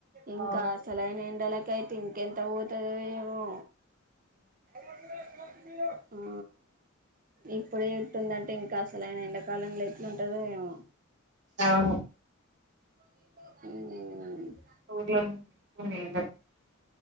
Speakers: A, on the right; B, on the right.
A: ఇంకా
B: అవును
A: అసలైైన ఏండలా ఇంకైతే ఇంకెంత పోతదో ఏమో <inaudible> ఆ ఇప్పుడే ఇట్టుందంటే ఇంకా అష్ లైన ఎండాకాలం లై ఉంటదో ఎమో
B: అవును
A: ఉం
B: <unintelligible>